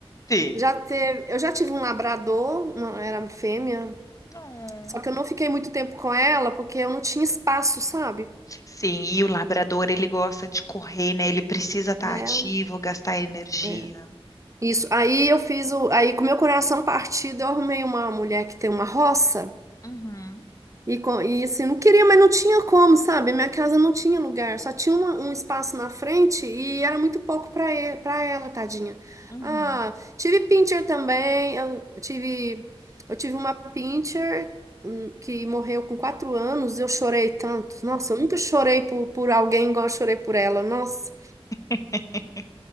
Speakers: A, on the left; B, on the right.
A: Sim.
B: Já teve, eu já tive um labrador, uma, era fêmea,
A: Hum.
B: só que eu não fiquei muito tempo com ela porque eu não tinha espaço, sabe?
A: Sim, e o labrador, ele gosta de correr, né? Ele precisa estar
B: É,
A: ativo, gastar energia.
B: é. Isso. Aí eu fiz o, aí com meu coração partido, eu arrumei uma mulher que tem uma roça.
A: Uhum,
B: E, co- e assim, não queria, mas não tinha como, sabe? Minha casa não tinha lugar, só tinha uma- um espaço na frente e era muito pouco para ele para ela, tadinha.
A: uhum.
B: Ah, tive pincher também, eu tive, eu tive uma pincher hum, que morreu com quatro anos, eu chorei tanto. Nossa, eu nunca chorei por, por alguém igual eu chorei por ela, nossa.
A: <laughs>